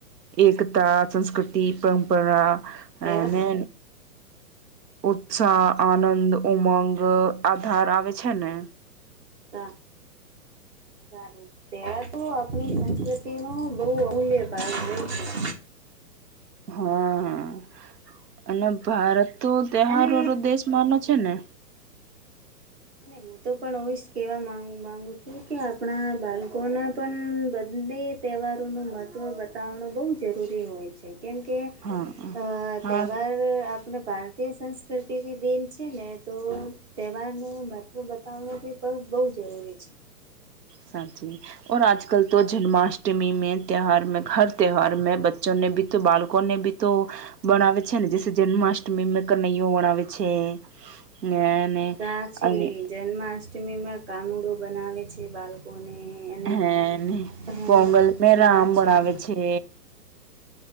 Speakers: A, on the right; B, on the right.
A: એકતા સંસ્કૃતિ પરંપરા
B: તહેવાર
A: અને ઉત્સાહ આનંદ ઉમંગ આધાર આવે છે ને
B: સા સારું તેર આપની સંસ્કૃતિમાં બહુ અહુલ્ય પાાગઈ છે
A: હા અને ભારત તો તહેહાર
B: અને
A: વાળો દેશ માનો છે ને
B: એમ તો પણ હુંશ કહેવા માગ માગું છું કે આપણા બાળકોને પણ બધે તહેવારોનું મહત્ત્વ બતાવનુ બહુ જરૂરી હોય છે કેમકે
A: હા
B: અ
A: હા
B: તહેવાર અને ભારતીય સંસ્કૃતિની દેન છે ને તો તહેવારનો મહત્વ બતાવવાનુ બહુ પણ બહુ જરૂરી છે
A: સાચી વાત આજ કલ તો જન્માષ્ટમી મે તિહાર હર તહે્યોહાર મે બચ્ચોને વિત્ત બાળકો કોને બી તો બનાવે છે ને જે જન્માષ્ટમીમાં કનૈયો બનાવે છે ના અને
B: સાચી
A: અને
B: જન્માષ્ટમીમાં કાનુડો બનાવે છે બાળકોને અને
A: હેને
B: હા
A: પોંગલ મે
B: સાચી
A: રામ બવેે છે